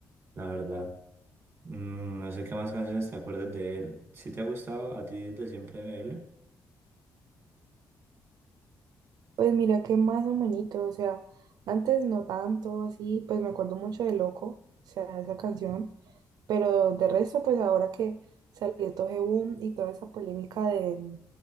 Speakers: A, on the right; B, on the right.
A: la verdad. Mm, no sé qué más canciones te acuerdas de él. Si te ha gustado a ti desde siempre de él
B: Pues mira que más o menos, o sea, antes no tanto, así, pues me acuerdo mucho de Loco, o sea, esa canción, pero de resto, pues ahora que salió todo ese boom y toda esa polémica de